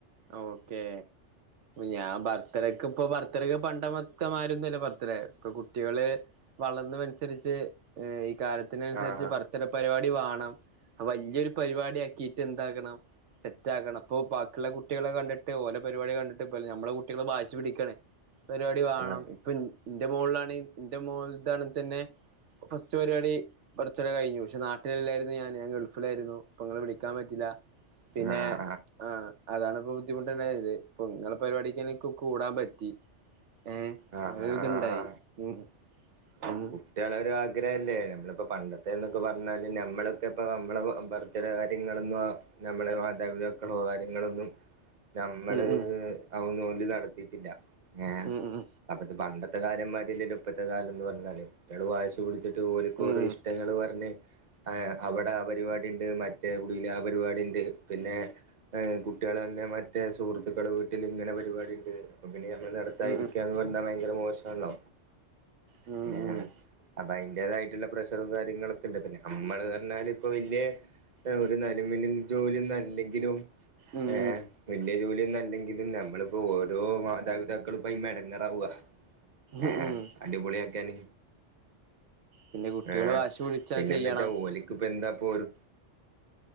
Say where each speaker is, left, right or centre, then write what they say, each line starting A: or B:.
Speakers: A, on the right; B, on the right.
A: ഓക്കേ ഞാൻ ബർത്ത്ഡേക്ക്പ്പൊ ബർത്ത്ഡേക്ക് പണ്ടത്തെമാരൊന്നല്ല ബർത്ത്ഡേ ഇപ്പൊ കുട്ടികള് വളർന്നു അനുസരിച്ച് ഈ കാലത്തിനനുസരിച്ച്
B: ആഹ്
A: ബർത് ത്ത്ഡേ പരിപാടി വാണം വല്ല്യോരു പരിപാടി ആക്കിയിട്ട് എന്താകണം സെറ്റാക്കണം അപ്പൊ ബാക്കിള്ള കു ട്ട്യാളെ കണ്ടിട്ട് ഓല പരിപാടി കണ്ട്ട്ട് ഇപ്പ നമ്മളെ കുട്ടികളും വാശി പിടിക്കാണ് പരിപാടി വാണം
B: ആഹ്
A: ഇപ്പന് ഇന്റെ മൊളാണെങ്കി ഇന്റെ മൊള്താണ്തന്നെ ഫസ്റ്റ് പരിപാടി ബർത്ത്ഡേ കഴിഞ്ഞു പക്ഷെ നാട്ടിലെല്ലായിരുന്നു ഞാൻ ഞാന് ഗൾഫിലായിരുന്നു അപ്പങ്ങളെ വിളി എത്താൻ പറ്റില്ല പിന്നെ
B: ആഹ്
A: ആഹ് അതാണ് ഇപ്പൊ ബുദ്ധിമുട്ടാണ്ടായിരത് ഇപ്പൊ നിങ്ങളെ പരിപാടിക്കന്നെ കൂടാൻ പറ്റി ഏ
B: ആഹ്
A: അങ്ങനെരിതുണ്ടായി
B: ആഹ് ആഹ്
A: ഉം ഉം
B: കുട്ട്യ ഓരോ ആഗ്രഹല്ലേ നമ്മള്പ്പോ പണ്ടത്തെ എന്നൊക്കെ പറഞ്ഞാല് നമ്മള്. ഇപ്പ നമ്മളുടെ ബർത്ത്ഡേ കാര്യങ്ങളന്നോ നമ്മളുടെ മാതാപിതാക്കളോ കാര്യങ്ങളൊന്നും നമ്മള്
A: ഉം ഉം
B: അവ നോല്ല് നടത്തിയിട്ടില്ല ഏഹ്
A: ഉം ഉം
B: അപ്പത്തെ പണ്ടത്തെ കാലംമാതിരില്ലല്ല ഇപ്പഴത്തെ കാലം എന്ന് പറഞ്ഞാ ഞട് വായിച്ചു പിടിച്ചട്ട് ജോലിക്ക്
A: ഉം ഉം
B: ഓരോ ഇഷ്ടങ്ങൾ പറഞ്ഞ് ആഹ് അവിടെ ആ പരിപാടി ഉണ്ട് മറ്റേ കുടിൽ ആ പരിപാടി ഉണ്ട് പിന്നെ കുട്ടികെ തന്നെ മറ്റേ സുഹൃത്തുക്കൾ വീട്ടിൽ ഇങ്ങനെ പരിപാടി ഉണ്ട് അപ്പൊ പിന്നെ നഞമ്മള് നടത്തായിരിക്കാ
A: ഉം ഉം ഉം
B: ന്ത ഭയങ്കര മോശമാല്ലോ
A: ഉം
B: ഏഹ് അപ്പൊ അതിന്റ്തായിട്ടുള്ള പ്രഷറും കാര്യങ്ങളൊക്കെ ല്ലേ പിന്നെ നമ്മള് പറഞ്ഞാല് ഇപ്പൊ വല്യ ഒരു <unintelligible> ജോലിയൊന്നും അല്ലെങ്കിലും
A: ഉം
B: ഏഹ് വലിയ ജോലിയൊന്നും അല്ലെങ്കിലും നമ്മളിപ്പോ ഓരോ മാതാപിതാക്കളും പ്പൊയിമേ എടങ്ങേ ണ്ടവുക ഹ
A: ഉം ഉം
B: അടിപൊളിയക്കാന്
A: പിന്നെ കുട്ടികള്
B: ആഹ്
A: വാശി പിടിച്ചാ
B: പിന്നെ
A: ചെയ്യണം
B: എന്താ വെച്ചാ ഓലക്ക് ഇപ്പ എന്താപ്പൊ ഒരു